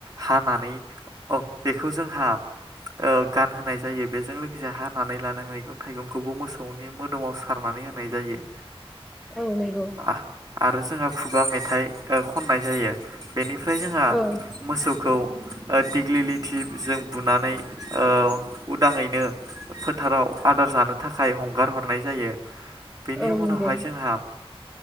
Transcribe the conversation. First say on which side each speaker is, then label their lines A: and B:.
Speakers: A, on the right; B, in the centre.
A: हानानै अ बेखौ जोंहा ओ गानहोनाय जायो बेजों लोगोसे हानानै लानाय मैगं थाइगंखौबो मोसौनि मोदोमाव सारनानै होनाय जायो।
B: औ नंगौ <inaudible>
A: आ- आरो जोंहा खुगा मेथाइ ओ खननाय जायो। बेनिफ्राय जोङो
B: औ
A: मोसौ खौ दिेग्लिलिथि जों बुनानै औ उदाङैनो फोथाराव आदार जानो थाखाय हम हगारहरनाय जायो। बेनि
B: औ
A: उनावहाय
B: नंगौ
A: जोंहा